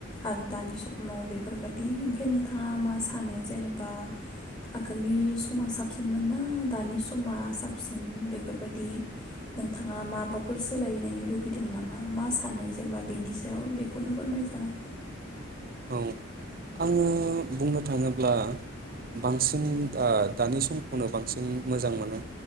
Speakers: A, on the left; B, on the right.
A: आरो दानि समाव बेफोरबायदि ओमफ्राय नोंथाङा मा सानो जेनेबा आगोलनि समा साबसिनमोन ना दानि समा साब सिन? बेफोरबायदि नोंथाङा माबाफोर सोलायनाय लुबैदों नामा मा सानो जेनेबा बेनि सायाव बेखौनो फोरमायजागोन?
B: औ आङो बुंनो थाङोब्ला बांसिन ओ दानि समखौनो बांसिन मोजां मोनो